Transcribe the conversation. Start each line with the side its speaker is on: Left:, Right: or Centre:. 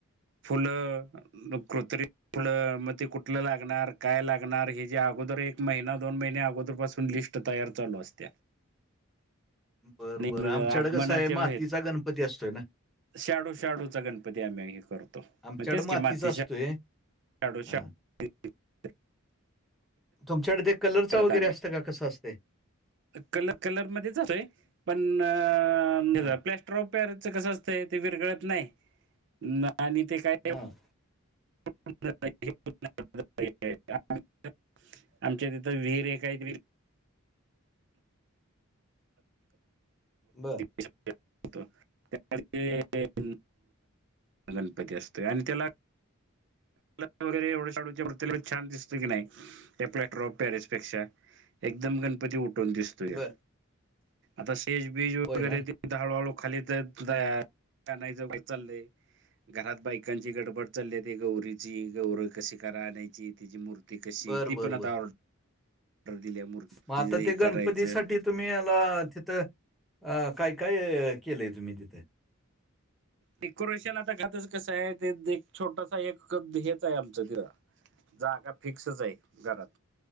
Right: फुलं कृत्रिम फुल मग ते कुठलं लागणार काय लागणार हेच अगोदर एक महिना दोन महिने अगोदर पासून लिस्ट तयार चालू असत्या.
Centre: बरं
Right: आणि
Centre: बरं आमच्याकडं
Right: आगमनाच्या
Centre: कसं आहे मातीचा गणपती असतोय ना.
Right: शाडू शाडूचा गणपती आम्ही हे करतो
Centre: आमच्याकडे
Right: मग तेच
Centre: मातीचा
Right: की माती
Centre: असतोय.
Right: शाडू शां
Centre: हां.
Right: <unintelligible>
Centre: तुमच्याकडे ते कलरच वगैरे
Right: करत आम्ही
Centre: असतं का कसं असतय?
Right: कलर कलर मध्येच असतोय पण प्लस्ट
Centre: हां,
Right: प्लँस्टर ऑफ पॅरिस च कसं असतं ते विरघळत नाही आणि ते काय.
Centre: हम्म.
Right: <unintelligible> आमच्या तिथं विहीर एक आहे विहीर.
Centre: बर.
Right: <unintelligible> गणपती असतोय आणि त्याला. कलर वगैरे एवढ् त्या शाडूच्या मूर्तीला छान दिसत की नाही आपल्या त्या प्लास्टर ऑफ पॅरिस पेक्षा. एकदम गणपती उठून दिसतोय ह्यो
Centre: बरं.
Right: आता स्टेजबीज वगैरेते
Centre: होय ना?
Right: हळू हळू खाली तया तयार करायचा चाललंय. घरात बायकांची गडबड चाललीय ते गौरीची गौर कशी करा आनायची तिची मूर्ती कशी
Centre: बरं,
Right: ती
Centre: बरं,
Right: पण आता
Centre: बरं.
Right: ऑर्ड ऑर्डर दिल्याय मूर्ती.
Centre: मग आता
Right: हे
Centre: ते
Right: करायचं.
Centre: गणपतीसाठी तुम्ही याला तिथं अ काय काय केलंय तुम्ही तिथे?
Right: डेकोरेशन आता घातच कसं आहे ते त एक छोटसा एक हेच आहे आमचं तिथं. जागा फिक्सच आहे घरात.